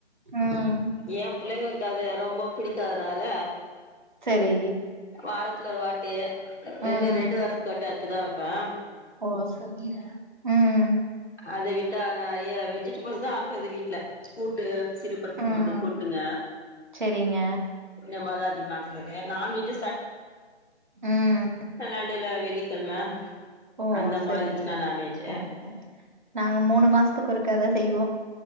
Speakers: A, on the right; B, on the left.
A: ம்.
B: ஏ புள்ளைங்களுக்கு அது ரொம்ப புடிக்காதனால
A: சரி.
B: வாரத்துல ஒரு வாட்டி ரெண்டு
A: ம்.
B: ரெண்டு வாரத்து ஒட்ட அத்துதா வப்பஅ
A: ஓ சரி சரி ம்
B: அத விட்டா நெறைய வெஜிடபிள்ஸ் தா ஆக்குது வீட்ல கூட்டு சிறு பருப்பு
A: ம்.
B: போட்டு கூட்டுங்க
A: சரிங்க
B: இந்த மாரிதா அதிகமா ஆக்குறது நான்வெஜ்
A: ம்
B: நண்டில்ல வெள்ளிக்கிழம
A: ஓ!
B: அந்த
A: சரி.
B: மாரி இச்சுன்னா நான்வெஜ்ஜூ
A: ஓகே. நாங்க மூணு மாசத்துக்கு இருக்காதா செய்வோ